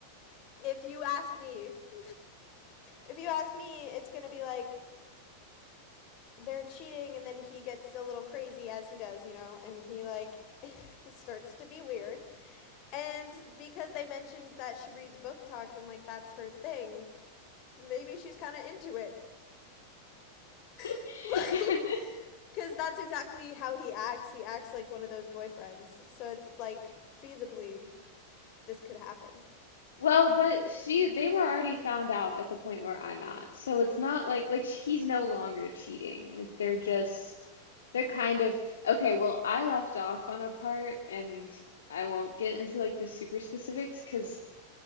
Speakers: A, on the left; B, on the left.
A: if you ask me, <laughs> if you ask me, it's gonna be like they're cheating, and then he gets a little crazy as he does, you know, and he like <laughs> starts to be weird. And because they mentioned that she reads book talk and like that's her thing, maybe she's kind of into it. <laughs>
B: <laughs>
A: like because that's exactly how he acts he acts like one of those boyfriends so it's like feasibly this could happen
B: Well, but she they were already found out at the point where I'm at. So it's not like like he's no longer cheating. Like they're just they're kind of okay, well, I left off on a part and I won't get into like the super specifics because